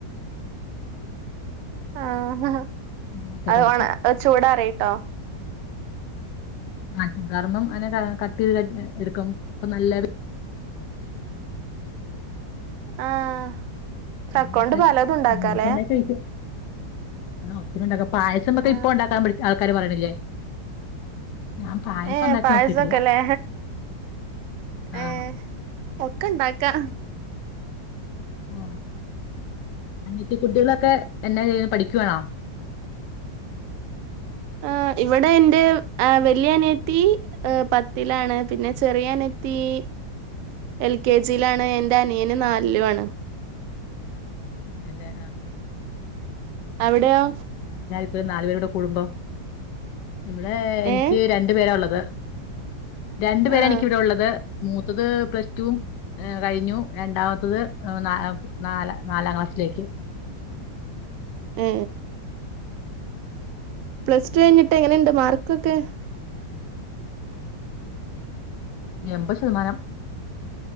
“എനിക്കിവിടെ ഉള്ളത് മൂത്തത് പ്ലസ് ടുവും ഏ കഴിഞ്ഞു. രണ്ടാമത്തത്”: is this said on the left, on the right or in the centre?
Left